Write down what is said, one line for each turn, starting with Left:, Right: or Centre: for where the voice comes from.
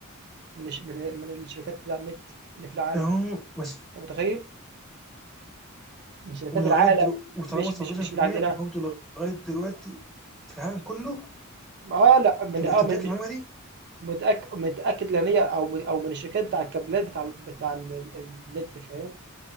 Right: من الش- من من الشركات بتاع النت اللي في العالم
Centre: اهو بس
Right: انت متخيل؟ من شركات
Centre: ولغايه
Right: العالم
Centre: دلوقتي وطالما
Right: مش
Centre: 19%
Right: مش مش من عندنا
Centre: برضه لغايه دلوقتي في العالم كله
Right: اه لا من
Centre: انت
Right: اه
Centre: أنت
Right: من-
Centre: متاكد
Right: مش-
Centre: من المعلومه دي؟
Right: متاكد متاكد لان هي او من او من الشركات بتاع الكابلات بتاع ال- بتاع ال- ال- النت فاهم